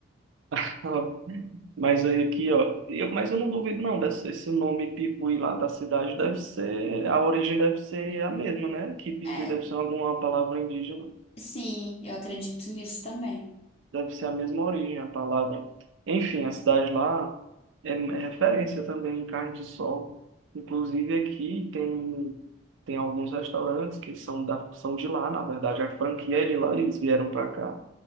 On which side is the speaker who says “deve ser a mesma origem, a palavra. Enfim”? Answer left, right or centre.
Right